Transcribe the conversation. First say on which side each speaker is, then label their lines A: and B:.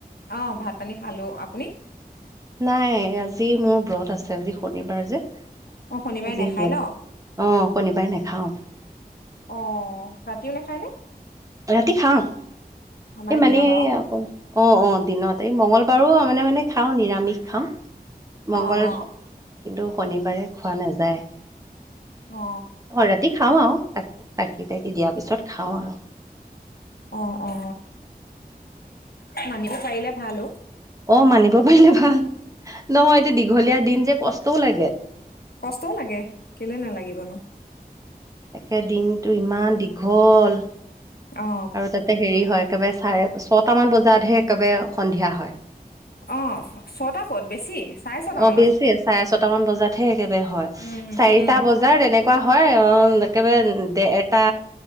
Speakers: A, on the left; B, on the right.
A: অ ভাত পানী খালো আপুনি।
B: নাই আজি মোৰ ব্ৰত আছে আজি শনিবাৰ যে।
A: অ শনিবাৰে
B: আজি
A: নাখায়
B: ব্ৰত
A: ন
B: অ শনিবাৰে নাখাওঁ।
A: অ ৰাতিও নাখায়নে।
B: ৰাতি খাও
A: অ
B: এই মানে
A: দিনত আৰু
B: অকল অ অ দিনত। তে মঙ্গলবাৰো মানে মানে খাওঁ নিৰামিষ খাওঁ। মঙ্গল
A: অ অ
B: কিন্তু শনিবাৰে খোৱা নাযায়।
A: অ
B: অ ৰাতি খাও আও চাকি তাকি দিয়াৰ পিছত খাওঁ আৰ।
A: অ অ। মানিব পাৰিলে ভাল অ
B: অ মানিব পাৰিলে ভাল নহয় এতিয়া দীঘলীয়া দিন যে কষ্ট- টো লাগে।
A: কষ্টও লাগে কেলে নালাগিবনো।
B: তাকে দিনটো ইমান দীঘল
A: অ
B: আৰু তাতে হেৰি হয়। একেবাৰে চাৰে ছটামান বজাতহে একেবাৰে সন্ধিয়া হয়।
A: অ ছটা ক'ত বেছি। চাৰে ছটা
B: অ
A: মানত
B: বেছিয়ে চাৰে ছটামান বজাত হে কেবে হয়
A: উম
B: চাৰিটা
A: উম
B: বজাত এনেকুৱা হয় অ একেবাৰে দেৰ টা